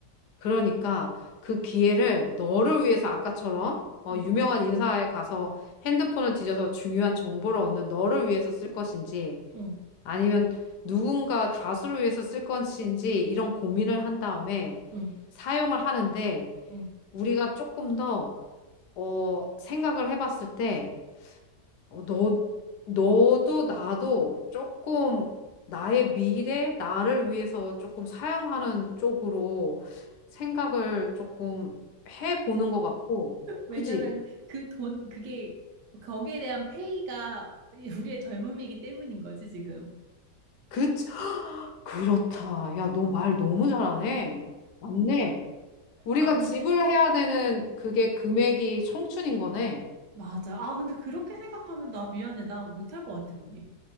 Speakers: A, on the left; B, on the right.
A: 그러니까 그 기회를 너를 위해서 아까처럼 어,
B: 응,
A: 유명한 인사에 가서 핸드폰을 뒤져서 중요한 정보를 얻는 너를 위해서 쓸 것인지
B: 응,
A: 아니면 누군가 다수를 위해서 쓸 것인지 이런 고민을 한 다음에
B: 응,
A: 사용을 하는데
B: 응.
A: 우리가 조금 더 어, 생각을 해봤을 때 어, 너, 너도 나도 조금 나의 미래, 나를 위해서 조금 사용하는 쪽으로 생각을 조금 해보는 것 같고,
B: 왜냐면
A: 그지?
B: 그 돈, 그게 거기에 대한 페이가 우리의 젊음이기 때문인 거지 지금.
A: 그, 그렇다. 야, 너 말 너무 잘하네. 맞네. 우리가
B: 아 근데
A: 집을 해야 되는 그게 금액이 청춘인 거네.
B: 맞아. 아 근데 그렇게 생각하면 나 미안해. 나 못할 것 같아 언니.